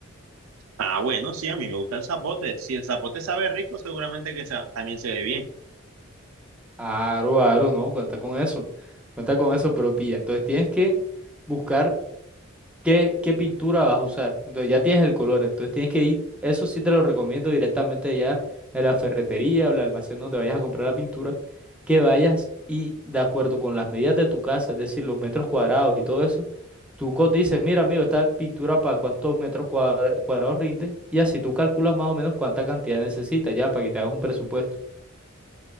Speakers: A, on the right; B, in the centre.
A: Ah, bueno, sí, a mí me gusta el zapote. Si el zapote sabe rico, seguramente que sa- también se ve bien.
B: Aro, aro, no, cuenta con eso. Cuenta con eso, pero pilla. Entonces tienes que buscar qué, qué pintura vas a usar. Entonces ya tienes el color. Entonces tienes que ir, eso sí te lo recomiendo directamente ya en la ferretería o el almacén donde vayas a comprar la pintura, que vayas y de acuerdo con las medidas de tu casa, es decir, los metros cuadrados y todo eso Tú co- dices, mira, amigo, esta pintura para cuántos metros cuadra- cuadrados rinde, y así tú calculas más o menos cuánta cantidad necesitas ya para que te hagas un presupuesto.